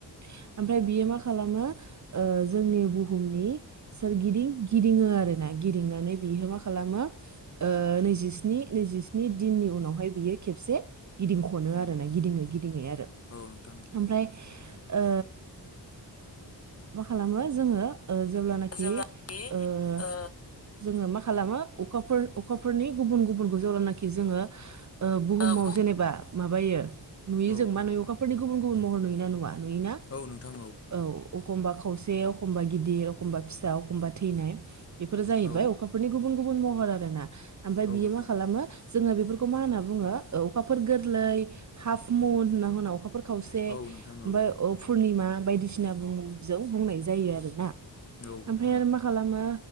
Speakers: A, on the right; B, on the left.
A: ओमफ्राय बियो मा खालामो जोंनि बुहुमनि सोरगिदिं गिदिङो आरो ना गिदिंनानै बिहयो मा खालामो ओ नैजिस्नि नैजिस्नि दिननि उनावहाय बियो खेबसे गिदिंख गनो आरोना
B: औ
A: गिदिङै गिदिङै आरो
B: औ नोंथां औ
A: ओमफ्राय ओ मा खालामो जोङो जायनाखि
B: जेब्लाखि
A: ओ‌
B: ओ
A: जोङो मा खालामो अखाफोर अखाफोरनि गुबुन गुबुनखौ जेब्लानाखि जोङो बुहुमाव
B: ओ बुहुम
A: जेनेबा माबायो नुयो
B: औ
A: जों मा नुयो अखाफोरनि गुबुन गुबुन महर नुयो ना नुवा? नुयो ना?
B: औ नोंथां
A: औ एखमबा खावसे एखमबा गिदिर एखमबा फिसा एखमबा थैनाय बेफोरो जाहैबाय
B: औ
A: अखाफोरनि गुबुन गुबुन महर आरो ना। ओमफ्राय
B: औ
A: बियो
B: नोंथां
A: मा खालामो
B: औ
A: जोङो बेफोरखौ खौ मा होनना‌ बुङो अखाफोर गोरलै हाप मुन खावसे ओमफ्राय
B: औ नोंथां औ औ
A: फुर्निमा बायदिसिना बुहुमजों बुंनाय जायो आरो ना।
B: औ नोंथां
A: ओमफ्राय आरो
B: औ
A: मा खालामो